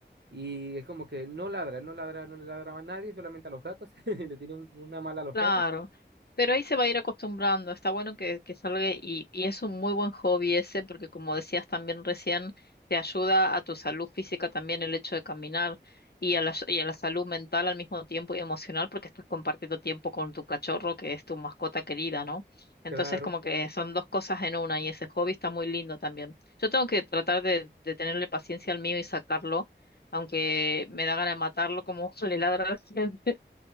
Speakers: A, on the right; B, on the left.
A: y es como que no ladra, él no ladra, no le ladra a nadie, solamente a los gatos, <laughs> le tiene un- una mala a los
B: Claro,
A: gatos.
B: pero ahí se va a ir acostumbrando. Está bueno que, que salga y, y es un muy buen hobby ese porque como decías también recién, te ayuda a tu salud física también el hecho de caminar y a la, y a la salud mental al mismo tiempo y emocional porque estás compartiendo tiempo con tu cachorro que es tu mascota querida, ¿no? Entonces
A: Claro,
B: como que son dos cosas en una y ese hobby está muy lindo también. Yo tengo que tratar de, de tenerle paciencia al mío y sacarlo, aunque me da ganas de matarlo como <laughs> le ladra a la gente